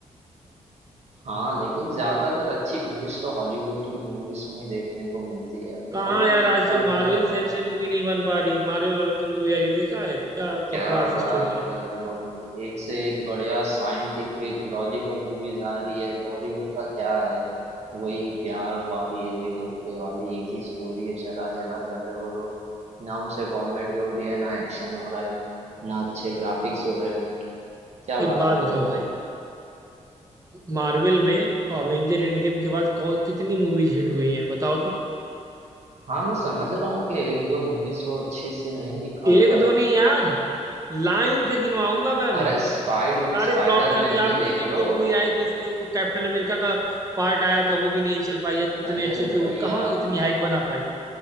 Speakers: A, on the right; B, on the right.
A: हाँ लेकिन ज्यादातर अच्छी मूवीज तो हॉलीवुड की मूवीज में ही देखने को मिलती है
B: कहाँ
A: बॉलीवुड
B: यार आजकल
A: का
B: मार्वल
A: तो यार
B: से अच्छी मूवी नहीं बन पा रही है मार्वल वालों की मूवी आ रही है देखा है क्या
A: क्या
B: बकवास
A: बात
B: स्टोरी है
A: कर रहे हो भाई एक से एक बढ़िया साइंटिफिक लॉजिकल मूवीज आ रही है बॉलीवुड का क्या है वही प्यार वाली वही धोखे वाली एक ही स्टोरी है चला चला कर रहे हो लोग ना हमसे कॉमेडी हो रही है ना एक्शन हो रहा है ना अच्छे ग्राफिक्स हो रहे हैं क्या
B: एक
A: बात
B: बात
A: कर
B: बताओ
A: रहे हो
B: भाई
A: आप
B: मार्वल में अवेंजर एंड गेम के बाद कौन कितनी मूवीज हिट हुई हैं बताओ तो
A: हाँ मैं समझ रहा हूँ कि एक दो मूवीज वो अच्छे से नहीं निकाल
B: एक
A: पाए
B: दो नहीं यार लाइन से गिनवाऊंगा मैं अभी
A: अरे स्पाइड
B: सारे
A: स्पाइडर
B: फ्लॉप हैं
A: मैन
B: अभी
A: की
B: आपकी
A: देख
B: एक
A: लो
B: दो मूवी आई थी इसके वो कैप्टन अमेरिका का पार्ट आया था वो भी नहीं चल पाई उतने
A: अरे
B: अच्छे से वो
A: भैया
B: कहाँ इतनी हाइप बना पाई